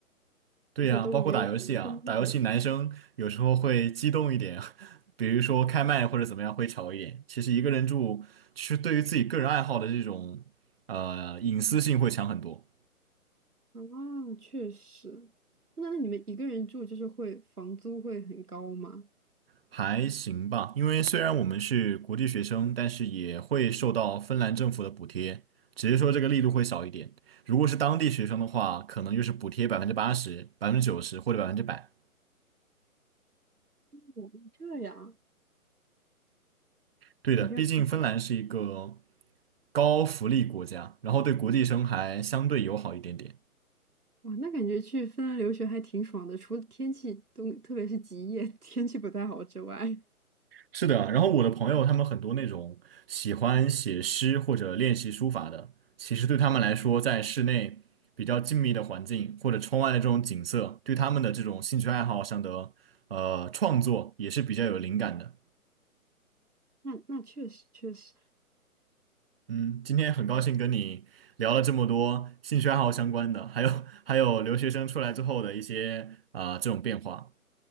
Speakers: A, on the right; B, on the right.
A: 对呀，
B: 而且都没有什么公用的。
A: 包括打游戏啊，打游戏男生有时候会激动一点，<laughs> 比如说开麦或者怎么样会吵一点。其实一个人住，其实对于自己个人爱好的这种呃隐私性会强很多。
B: 啊，确实。那那你们一个人住就是会房租会很高吗？
A: 还行吧，因为虽然我们是国际学生，但是也会受到芬兰政府的补贴，只是说这个力度会小一点。如果是当地学生的话，可能就是补贴百分之八十、百分之九十或者百分之百。
B: 哦，这样
A: 对的，
B: 感觉啊
A: 毕竟芬兰是一个高福利国家，然后对国际生还相对友好一点点。
B: 哇，那感觉去芬兰留学还挺爽的，除了天气都，特别是极夜 <laughs> 天气不太好之外，
A: 是的，然后我的朋友他们很多那种喜欢写诗或者练习书法的，其实对他们来说，在室内比较静谧的环境或者窗外的这种景色，对他们的这种兴趣爱好上的呃创作也是比较有灵感的。
B: 那那确实确实，
A: 嗯，今天很高兴跟你聊了这么多兴趣爱好相关的，还有还有留学生出来之后的一些啊、呃这种变化。